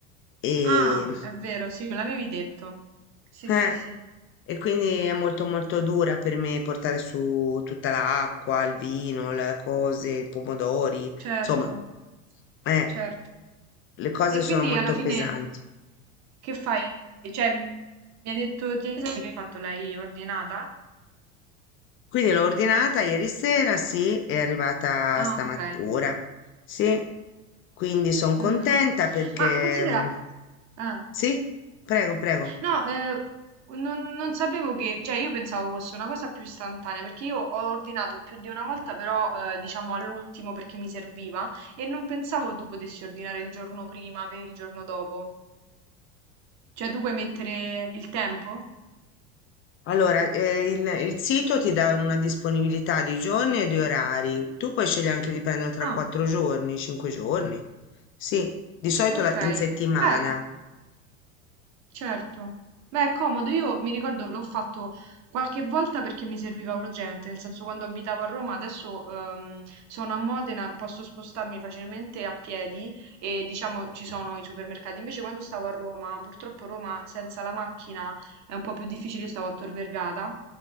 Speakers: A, on the left; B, on the right.
A: e,
B: Ah, è vero, sì, me l'avevi detto. Sì,
A: eh,
B: sì, sì,
A: e quindi è molto molto dura per me portare su tutta l'acqua, il vino, le cose, i pomodori,
B: certo,
A: insomma, eh,
B: certo.
A: le cose
B: E quindi
A: sono molto
B: alla fine
A: pesanti.
B: che fai? Cioè, mi ha detto ti- che hai fatto, l'hai ordinata?
A: Quindi l'ho ordinata ieri sera, sì, è arrivata
B: Ah,
A: stamattina,
B: ok.
A: sì. Quindi sono contenta
B: Mm, mm.
A: perché...
B: Ma considera...
A: mm,
B: ah.
A: Sì, prego, prego.
B: No, eh, non, non sapevo che, cioè io pensavo fosse una cosa più istantanea, perché io ho ordinato più di una volta, però eh, diciamo all'ultimo perché mi serviva e non pensavo tu potessi ordinare il giorno prima per il giorno dopo. Cioè tu puoi mettere il tempo?
A: Allora, eh, il, il sito ti dà una disponibilità di giorni e di orari. Tu puoi scegliere anche di prenderlo tra
B: Ah,
A: quattro giorni, cinque giorni. Sì, di solito
B: ok.
A: la- in settimana.
B: Beh, Certo. Beh, è comodo. Io mi ricordo l'ho fatto qualche volta perché mi serviva urgente, nel senso quando abitavo a Roma, adesso ehm, sono a Modena, posso spostarmi facilmente a piedi e diciamo ci sono i supermercati. Invece quando stavo a Roma, purtroppo Roma senza la macchina è un po' più difficile, io stavo a Tor Vergata.